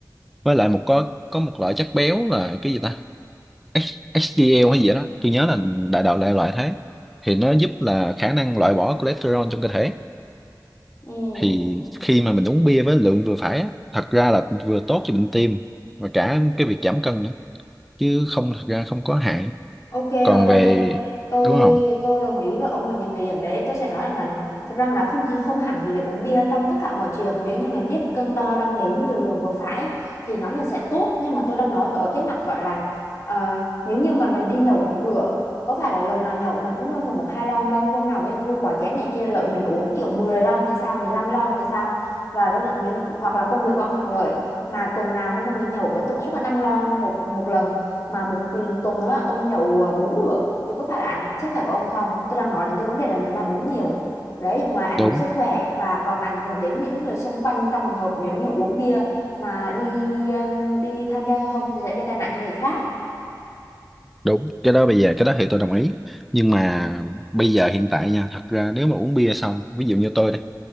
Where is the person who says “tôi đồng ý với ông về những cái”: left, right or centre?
Left